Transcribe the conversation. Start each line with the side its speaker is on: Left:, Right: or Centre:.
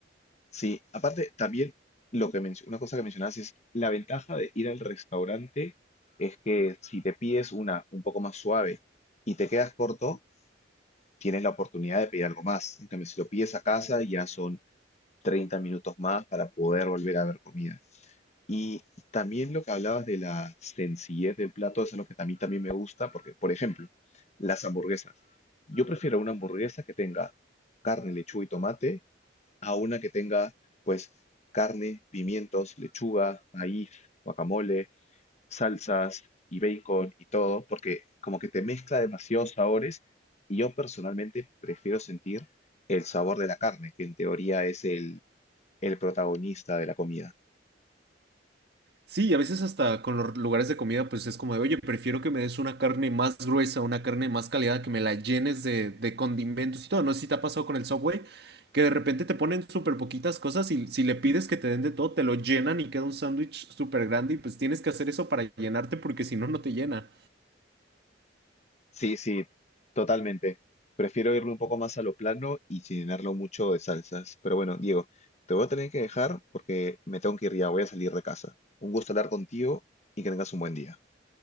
Left: Sí, aparte también lo que menc- una cosa que mencionabas es la ventaja de ir al restaurante es que si te pides una un poco más suave y te quedas corto, tienes la oportunidad de pedir algo más. En cambio, si lo pides a casa, ya son 30 minutos más para poder volver a ver comida. Y también lo que hablabas de la sencillez del plato, eso es lo que a mí también me gusta, porque, por ejemplo, las hamburguesas. Yo prefiero una hamburguesa que tenga carne, lechuga y tomate a una que tenga, pues, carne, pimientos, lechuga, maíz, guacamole, salsas y bacon y todo, porque como que te mezcla demasiados sabores y yo personalmente prefiero sentir el sabor de la carne, que en teoría es el, el protagonista de la comida.
Right: Sí, y a veces hasta con los lugares de comida, pues es como de, oye, prefiero que me des una carne más gruesa, una carne más calidad, que me la llenes de, de condimentos y todo. No sé si te ha pasado con el Subway, que de repente te ponen súper poquitas cosas y si le pides que te den de todo, te lo llenan y queda un sándwich súper grande y pues tienes que hacer eso para llenarte porque si no, no te llena.
Left: Sí, sí, totalmente. Prefiero irme un poco más a lo plano y sin llenarlo mucho de salsas. Pero bueno, Diego, te voy a tener que dejar porque me tengo que ir ya, voy a salir de casa. Un gusto hablar contigo y que tengas un buen día.